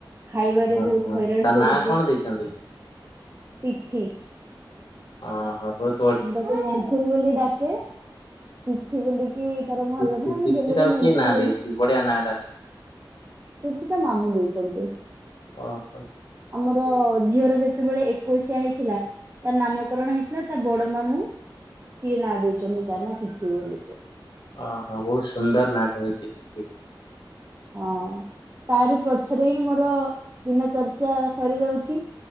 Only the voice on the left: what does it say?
ଓହୋ
ତା
ନାଁ କଣ
ଦେଇଛନ୍ତି? ଓ ହ
ତିଥି
ତିଥି
ଟାକୁ
କିଏ ନାଁ
ଦେଇଛି ବଢିଆ ନାଁ ଟା
ଓ ହୋ
ଓହୋ ବହୁତ ସୁନ୍ଦର ନା ଟା ହେଇଛି। ତିଥି।